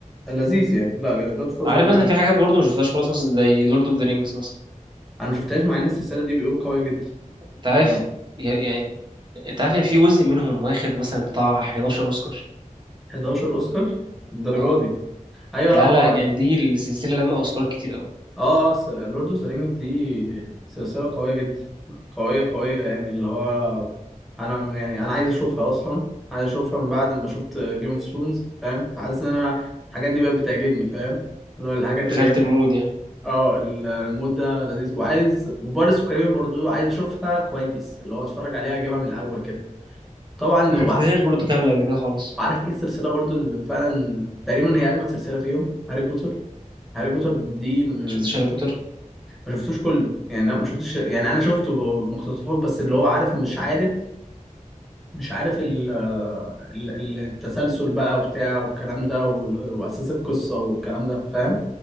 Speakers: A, in the centre; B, on the right.
A: لذيذ يعني لا جاد فازر
B: عارف
A: لذيذ
B: مثلا في حاجات برضه ما شفتهاش خالص مثلا زي لورد اوف ذا رينجز مثلا
A: أنا ما شفتهاش مع إن السلسلة دي بيقولوا قوية جدا
B: انت عارف
A: يعني
B: ي- يعني انت عارف ان في جزء منهم واخد مثلا بتاع 11 اوسكار
A: 11 أوسكار الدرجة
B: اه
A: دي أيوه
B: لا
A: لا هو
B: لا يعني دي السلسلة لما أوسكارات كتير أوي
A: اه لورد اوف ذا رينجز دي سلسلة قوية جدا قوية قوية يعني اللي هو انا يعني انا عايز اشوفها اصلا عايز اشوفها من بعد ما شفت جيم اوف ثرونز فاهم فحاسس ان انا الحاجات دي بقت بتعجبني فاهم اللي هو الحاجات
B: دخلت
A: اللي هي
B: المود يعني
A: اه ال- المود ده لذيذ وعايز وبارس في كاريبيان برضو عايز اشوفها كويس اللي هو اتفرج عليها اجيبها من الاول كده طبعا
B: ما
A: وع-
B: شفتهاش برضه كاملة قبل كده خالص
A: وعارف ايه السلسلة برضو اللي فعلا تقريبا هي اجمد سلسلة فيهم هاري بوتر هاري بوتر دي م-
B: شفت
A: مش
B: هاري بوتر
A: ما شفتوش كله يعني لا ما شفتش يعني انا شفته مقتطفات بس اللي هو عارف مش عارف مش عارف ال ال- ال- التسلسل بقى وبتاع والكلام ده وال- واساس القصه والكلام ده فاهم